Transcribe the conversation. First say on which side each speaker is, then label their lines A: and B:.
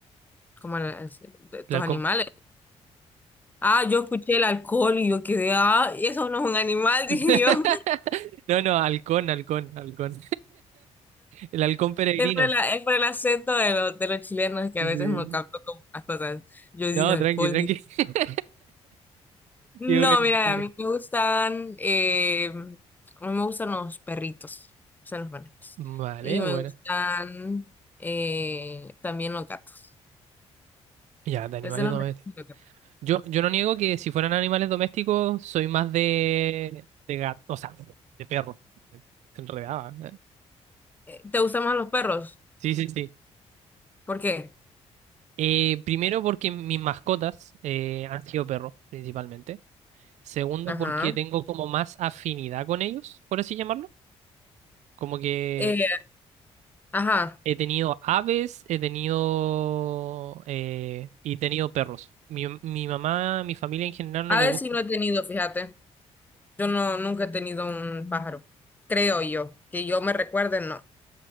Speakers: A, on the left; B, on the right.
A: como el- el- de tus
B: El halcón.
A: animales. Ah, yo escuché el alcohol y yo quedé, ah, y eso no es un animal, <laughs> dije
B: <laughs>
A: yo.
B: No, no, halcón, halcón, halcón. El halcón peregrino.
A: Es por, la- es por el acento de los, de los chilenos que
B: Sí.
A: a veces no capto como las cosas. Yo dije
B: No,
A: alcohol,
B: tranqui, tranqui. <laughs>
A: No,
B: Qué bueno, qué
A: mira,
B: bueno.
A: a mí me gustan, eh, a mí me gustan los perritos, me gustan los perritos.
B: Vale,
A: Y me
B: bueno.
A: gustan eh, también los gatos.
B: Ya, de animales
A: Me gustan los
B: domésticos.
A: perritos y los gatos.
B: Yo, yo no niego que si fueran animales domésticos, soy más de, de gato, o sea, de perro. Se enredaba. ¿eh?
A: Eh, ¿Te gustan más los perros?
B: Sí, sí, sí.
A: ¿Por qué?
B: Eh, primero porque mis mascotas eh, han sido perros, principalmente. Segundo
A: Ajá.
B: porque tengo como más afinidad con ellos, por así llamarlo. Como que
A: Eh, ajá.
B: he tenido aves, he tenido... eh, y he tenido perros. Mi, mi mamá, mi familia en general no
A: A
B: le
A: ver
B: gusta.
A: si no he tenido, fíjate. Yo no, nunca he tenido un pájaro. Creo yo. Que yo me recuerde, no.